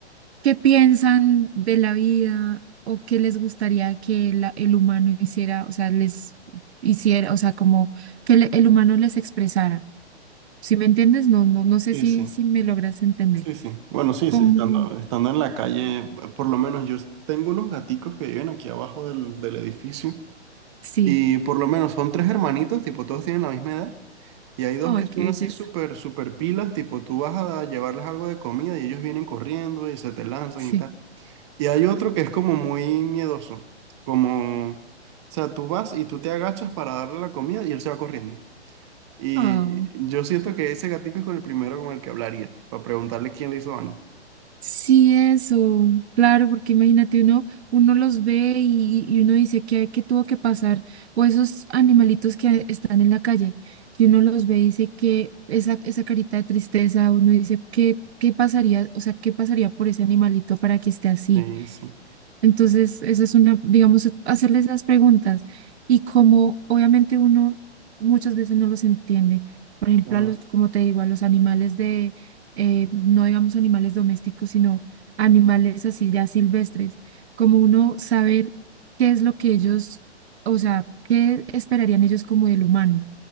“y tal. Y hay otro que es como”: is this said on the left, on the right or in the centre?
Right